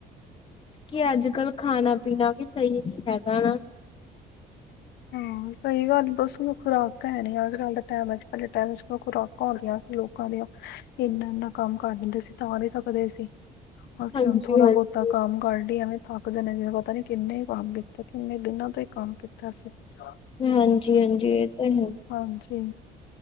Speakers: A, on the left; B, on the left.
A: ਕਿ ਅੱਜ-ਕੱਲ, ਖਾਣਾ-ਪੀਣਾ ਵੀ ਸਹੀ ਨੀ ਹੈਗਾ ਨਾ।
B: ਹਾਂ, ਸਹੀ ਗੱਲ ਬਸ ਖੁਰਾਕਾ ਹੈਨੀ, ਅੱਜ-ਕੱਲ ਦਾ ਟਾਈਮ ਵਿੱਚ, ਅੱਗੇ ਟਾਇਮ'ਚ ਖੁਰਾਕ <unintelligible> ਸੀ ਲੋਕਾਂ ਦੀਆਂ ਇੰਨਾ-ਇੰਨਾ ਕੰਮ ਕਰ ਲੀਂਦੇ ਸੀ ਤਾਂ ਨੀ ਥੱਕਦੇ ਸੀ, ਅਸੀਂ
A: ਹਾਂਜੀ
B: ਹੁਣ ਥੋੜ੍ਹਾ-ਬਹੁਤ
A: ਹਾਂਜੀ
B: ਤਾਂ ਕੰਮ ਕਰ ਲਈਏ ਐਵੇਂ ਥੱਕ ਜਾਂਨੇ ਜਿਵੇਂ ਪਤਾ ਨੀ, ਕਿੰਨੇ ਹੀ ਕੰਮ ਕੀਤੇ, ਕਿੰਨੇ ਦਿਨਾਂ ਦਾ ਹੀ ਕੰਮ ਕੀਤਾ ਅਸੀਂ। ਹਾਂ
A: ਹਾਂਜੀ-ਹਾਂਜੀ, ਇਹ ਤਾ ਹੈ।
B: ਹਾਂਜੀ।